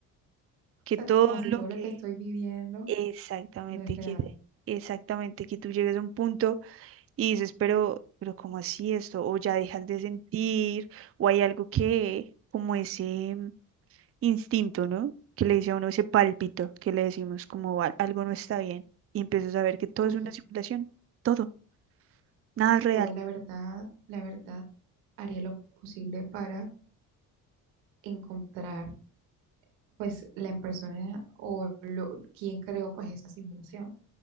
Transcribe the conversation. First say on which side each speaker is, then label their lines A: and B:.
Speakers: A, on the right (about 35°); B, on the right (about 90°).
A: que
B: O sea,
A: todo
B: como si
A: lo
B: todo
A: que...
B: lo que estoy viviendo
A: Exactamente
B: no es real.
A: que, exactamente que tú llegues a un punto y dices, pero, pero ¿cómo así esto? O ya dejas de sentir, o hay algo que, como ese mm, instinto, ¿no? Que le dice a uno ese pálpito, que le decimos como "Al- algo no está bien, y empiezas a ver que todo
B: Uy,
A: es una simulación, todo, nada es real.
B: yo la verdad, la verdad, haría lo posible para encontrar pues la persona o lo, quien creó pues esa simulación.